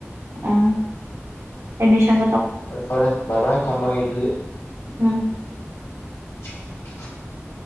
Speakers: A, on the right (about 80°); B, on the left (about 75°).
A: ꯎꯝ ꯑꯦꯃꯤꯁꯣꯟ
B: ꯍꯔꯦ ꯐꯔꯦ ꯚꯏ ꯕꯥꯏ ꯊꯝꯃꯒꯦ ꯑꯗꯨꯗꯤ꯫
A: ꯎꯝ
B: <unintelligible>